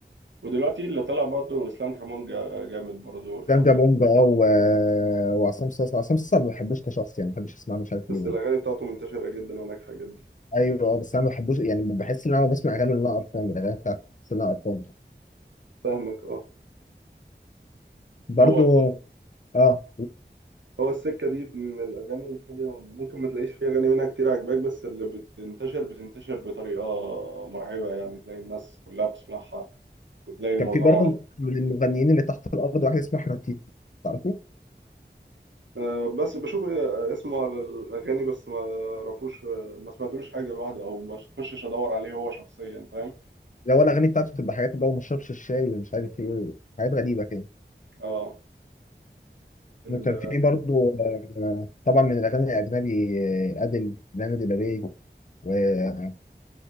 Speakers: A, on the right; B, on the left.
A: ودلوقتي اللي طلع برضه اسلام كمان جا- جامد برضه الفترة
B: ده بونج اه و- وعصام صاصا عصام صاصا ما بحبوش كشخص يعني ما بحبش اسمع له مش عارف
A: بس
B: ليه
A: الاغاني بتاعته منتشره جدا وناجحه جدا
B: ايوه اه بس انا ما بحبوش يعني بحس ان انا بسمع اغاني اللي انا قرفان من الاغاني بتاعت بس اللي انا قرفان
A: فاهمك اه
B: برضه
A: هو ال-
B: اه
A: هو السكه دي من الاغاني هي ممكن ما تلاقيش فيها اغاني منها كتير عجباك بس اللي بتنتشر بتنتشر بطريقه مرعبه يعني تلاقي الناس كلها بتسمعها وتلاقي الموضوع
B: كان في برضه من المغنيين اللي تحت الارض واحد اسمه احمد تيتو تعرفه؟
A: آه، بس بشوف آه، اسمه على الأغاني بس ما اعرفوش آه، ما سمعتلوش حاجة لوحده أو ما تخشش أدور عليه هو شخصيا فاهم
B: لو الاغاني بتاعته بتبقى حاجات بقى وما شربش الشاي ومش عارف ايه حاجات غريبه كده
A: اه ال-
B: وكان في برضه آه، طبعا من الاغاني الاجنبي آه، ادل لانا ديل ري و وبيلي